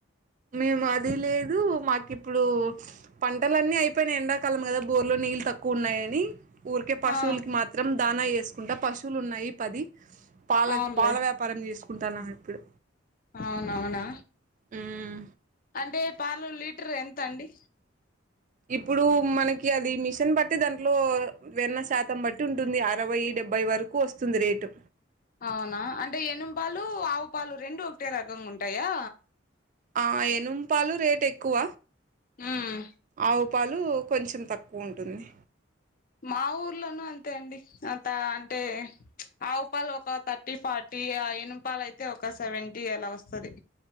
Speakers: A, on the right (about 40°); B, on the left (about 45°).
A: మేము అది లేదు మాకు ఇప్పుడు పంటలన్నీ అయిపోయినాయి ఎండాకాలం కదా బోర్లో నీళ్ళు తక్కువ ఉన్నాయని ఊరికే పశువులకి
B: ఆ
A: మాత్రం దానా ఏసుకుంటా పశువులు ఉన్నాయి పది. పాల
B: అవునులే
A: పాల వ్యాపారం చేసుకుంటాన్నాం ఇప్పుడు.
B: అవునవునా?
A: మ్మ్.
B: టే పాలు లీటర్ ఎంత అండి?
A: ఇప్పుడు మనకి అది మిషన్ బట్టి దాంట్లో వెన్న శాతం బట్టి ఉంటుంది అరవై డెబ్ డెబ్బై వరకు వస్తుంది రేటు.
B: అవునా అంటే ఎనుమ్ పాలు ఆవు పాలు రెండు ఒకటే రకంగా ఉంటాయా?
A: ఆ ఎనుమ్ పాలు రేట్ ఎక్కువ.
B: ఉమ్
A: ఆవు పాలు కొంచెం తక్కువ ఉంటుంది.
B: మా ఊర్లోనూ అంతే అండి అంతా అంటే ఆవు పాలు ఒక థర్టీ ఫార్టీ ఆ ఎనుమ్ పాలు అయితే ఒక సెవెంటీ అలా వస్తది.